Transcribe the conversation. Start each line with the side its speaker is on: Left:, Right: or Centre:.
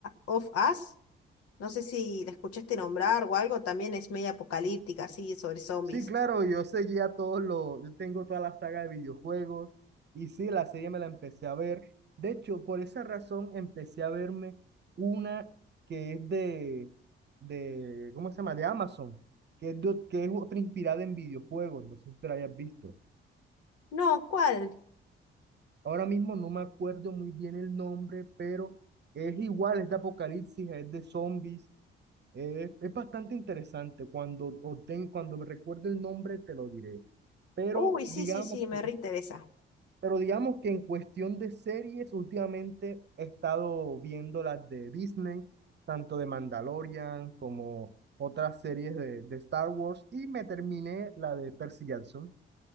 Left: of Us. No sé si la escuchaste nombrar o algo, también es media apocalíptica, así, sobre zombies.
Right: Sí, claro, yo seguía todos los, yo tengo toda la saga de videojuegos y sí, la serie me la empecé a ver. De hecho, por esa razón empecé a verme una que es de, de, ¿cómo se llama? De Amazon, que es, de ot- que es otra inspirada en videojuegos, no sé si te la hayas visto.
Left: No, ¿cuál?
Right: Ahora mismo no me acuerdo muy bien el nombre, pero es igual, es de apocalipsis, es de zombies, es, es bastante interesante. Cuando, obten- cuando me recuerde el nombre, te lo diré. Pero
Left: Uy, sí,
Right: digamos,
Left: sí, sí, me
Right: que-
Left: reinteresa.
Right: pero digamos que en cuestión de series, últimamente he estado viendo las de Disney, tanto de Mandalorian como otras series de, de Star Wars, y me terminé la de Percy Jackson.